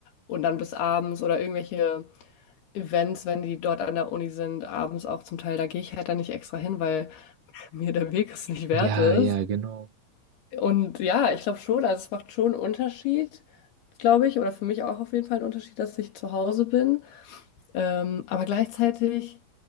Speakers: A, on the left; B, on the right.
A: und dann bis abends oder irgendwelche Events, wenn die dort an der Uni sind, abends auch zum Teil, da gehe ich halt dann nicht extra hin, weil <laughs> mir der Weg es nicht wert
B: Ja,
A: ist.
B: ja, genau.
A: Und ja, ich glaube schon, also es macht schon einen Unterschied, glaube ich, oder für mich auch auf jeden Fall einen Unterschied, dass ich zu Hause bin. Ähm, aber gleichzeitig,